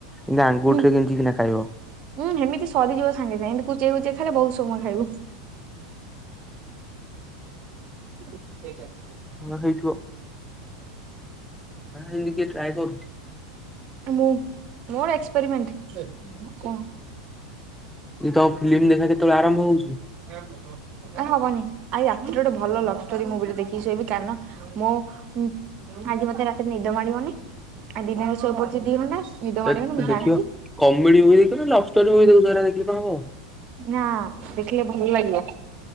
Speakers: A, in the centre; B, on the right (about 45°).
A: ଏନ୍ତି ଆଙ୍ଗୁଠିରେ
B: ଉଁ।
A: ଗେଞ୍ଜିକିନା ଖାଇବ।
B: ହୁଁ ହେମିତି ସରିଯିବ ସାଙ୍ଗେ ସାଙ୍ଗେ ଏମିତି କୁଚେଇ କୁଚେଇ ଖାଇଲେ ବୋହୁତ ସମୟ ଖାଇବୁ। <unintelligible>
A: ହଁ ହେଇଥିବ। ହଁ ଏମିତି କିଏ ଟ୍ରାଏ କରୁଚି।
B: ମୁଁ ମୋର ଏକ୍ସପେରିମେଣ୍ଟ। <unintelligible>
A: ତମ ଫିଲ୍ମ ଦେଖା କେତେବେଳେ ଆରମ୍ଭ ହଉଚି
B: କାହିଁ ହବନି ଆଜି ରାତିରେ ଗୋଟେ ଭଲ ଲଭଷ୍ଟୋରୀ ମୁଭିଟେ ଦେଖିକି ଶୋଇବି କାରଣ ମୁଁ ଉଁ ଆଜି ମତେ ରାତିରେ ନିଦ ମାଡିବନି ଆ ଦିନରେ ଶୋଇ ପଡିଚି ଦିଇ ଘଣ୍ଟା। ନିଦ ମାଡିବନି
A: ଏତେ
B: ମୁଁ
A: ଦେଖିବ
B: ଜାଣିଛି
A: କମେଡି ମୁଭି ଦେଖିବ ନା ଲଭଷ୍ଟୋରି ମୁଭି ଦେଖି ହେଗୂରା କଣ ହବ।
B: ନା ଦେଖିଲେ ଭଲ ଲାଗିବ।